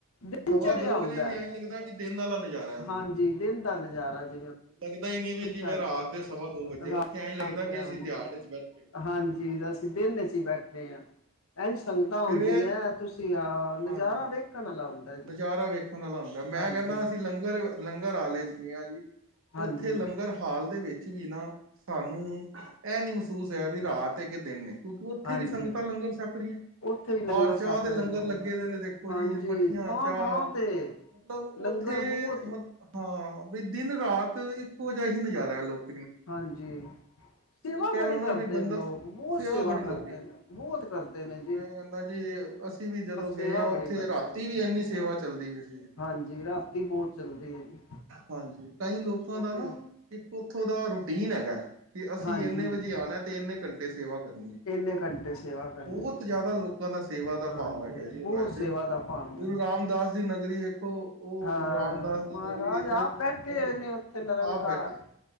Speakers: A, on the left; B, on the right.
A: ਦਿਨ
B: ਸਵਾ
A: ਚੜਿਆ
B: ਦੋ
A: ਹੁੰਦਾ,
B: ਵਜੇ ਵੀ ਐਂ ਲੱਗਦਾ ਵੀ ਦਿਨ ਵਾਲਾ ਨਜ਼ਾਰਾ ਹੈ ਜੀ।
A: ਹਾਂਜੀ ਦਿਨ ਦਾ ਨਜ਼ਾਰਾ ਜਿਵੇਂ
B: ਲੱਗਦਾ ਹੀ ਨੀ ਵੀ
A: ਦਿਨ
B: ਜਿਵੇਂ
A: ਚੜ੍ਹਦਾ
B: ਰਾਤ ਦੇ ਸਵਾ ਦੋ ਵਜੇ
A: ਰਾਤ
B: ਉੱਥੇ ਐਂ ਲੱਗਦਾ
A: ਦੇ ਕੋਈ
B: ਵੀ
A: ਹਾਂਜੀ
B: ਅਸੀਂ ਦਿਹਾੜੇ ਚ ਬੈਠੇ ਹਾਂ।
A: ਹਾਂਜੀ ਤਾਂ ਅਸੀਂ ਦਿਨ ਚ ਹੀ ਬੈਠੇ ਹਾਂ ਇਝ ਸੰਗਤਾਂ ਆਉਂਦੀਆਂ
B: ਫਿਰ ਇਹ
A: ਤੁਸੀਂ ਹ, ਨਜ਼ਾਰਾ
B: ਹਾਂਜੀ।
A: ਵੇਖਣ ਵਾਲਾ ਹਉਂਦਾ ਜੀ
B: ਨਜ਼ਾਰਾ ਵੇਖਣ ਮੈਂ
A: ਹਾਂਜੀ
B: ਕਹਿੰਦਾ, ਅਸੀਂ ਲੰਗਰ ਲੰਗਰ ਹਾਲ ਚ ਗ ਹਾਂ ਜੀ
A: ਹਾਂਜੀ
B: ਉੱਥੇ ਲੰਗਰ ਹਾਲ ਦੇ ਵਿੱਚ- ਵੀ ਨਾ ਸਾਨੂੰ ਇਹ ਨ ਮਹਿਸੂਸ ਹੋਇਆ ਵੀ ਰਾਤ ਏ ਕਿ ਦਿਨ- ਕਿਉਂਕਿ ਉੱਥੇ
A: ਹਾਂਜੀ
B: ਵੀ ਸੰਗਤਾਂ ਲੰਗਰ ਛੱਕ ਰਹੀਆਂ
A: ਉੱਥੇ ਵੀ ਲੰਗਰ
B: ਬਾਹਰ
A: ਛੱਕ
B: ਚਾ ਦੇ
A: ਰਹੀਆਂ
B: ਲੰਗਰ
A: ਵਾ।
B: ਲੱਗੇ ਲੱਗੇ ਦੇ ਨੇ ਦੇਖੋ
A: ਹਾਂਜੀ
B: ਜੀ ਮੱਠੀਆਂ
A: ਥਾਂ-ਥਾਂ
B: ਚਾ,
A: ਤੇ
B: ਮਤਲਬ
A: ਲੰਗਰ
B: ਉੱਥੇ
A: ਬਹੁਤ
B: ਮਤ ਹਾਂ ਬ ਦਿਨ ਰਾਤ ਇੱਕੋ ਜਹਾ ਹੀ ਨਜ਼ਾਰਾ ਹੈ ਲੋਕ
A: ਹਾਂਜੀ। ਸੇਵਾ
B: ਕਹਿ
A: ਬੜੀ
B: ਲਓ ਨਾ
A: ਕਰਦੇ
B: ਵੀ ਬੰਦਾ
A: ਨੇ ਲੋਕ ਬਹੁਤ ਸੇਵਾ
B: ਬੜੀ ਲੋਕੀ
A: ਕਰਦੇ ਨੇ, ਬਹੁਤ ਕਰਦੇ ਨੇ ਜੀ
B: ਮੈਂ ਕਹਿੰਦਾ ਜੀ ਅਸੀਂ ਵੀ ਜਦੋਂ
A: ਬਸ
B: ਗਏ
A: ਸੇਵਾ
B: ਹਾਂ
A: ਬੜੀ
B: ਉੱ
A: ਕਰਦੀ
B: ਜਦੋਂ ਅਸੀਂ ਉੱਥੇ ਗਏ, ਤਾਂ ਰਾਤ
A: ਹੈ।
B: ਨੂੰ ਵੀ ਇੰਨੀ ਸੇਵਾ ਚੱਲ ਰਹੀ ਸੀ
A: ਹਾਂਜੀ ਰਾਤੀ ਬਹੁਤ ਚੱਲਦੀ ਹੈ ਜੀ।
B: ਹਾਂ ਜੀ, ਕਈ ਲੋਕਾਂ
A: ਇਹ
B: ਦਾ
A: ਤੇ
B: ਨਾ ਉੱਥੋਂ ਦਾ ਇੱਕ ਰੂਟੀਨ ਹੈ ਕਿ ਅਸੀਂ
A: ਹਾਂਜੀ
B: ਇੰਨੇ ਵਜੇ ਆਉਣਾ ਹੈ ਤਿੰਨ-ਤਿੰਨ ਘੰਟੇ ਸੇਵਾ ਕਰਨੀ ਹੈ।
A: ਇੰਨੇ ਘੰਟੇ ਸੇਵਾ ਕਰਨੀ
B: ਬਹੁਤ
A: ਹੈ।
B: ਸਾਰੇ ਲੋਕਾਂ ਵਿੱਚ ਸੇਵਾ ਦਾ
A: ਹਾਂਜੀ
B: ਬਹੁਤ ਭਾਵ ਹੈ।
A: ਬਹੁਤ
B: ਚ
A: ਸੇਵਾ ਦਾ ਭਾਵਨਾ।
B: ਗੁਰੂ ਰਾਮਦਾਸ ਦੀ ਨਗਰੀ ਵੇਖੋ ਉਹ
A: ਹਾਂ
B: ਗੁਰੂ ਰਾਮਦਾਸ ਦੀ
A: ਮਹਾਰਾਜ
B: ਨਗਰੀ ਵਿੱਚ,
A: ਆਪ ਬੈਠੇ
B: ਮਤਲਬ
A: ਹੋਏ ਨੇ ਉੱਥੇ ਨਿਰੰਕਾਰ
B: ਆਪ ਬੈਠੇ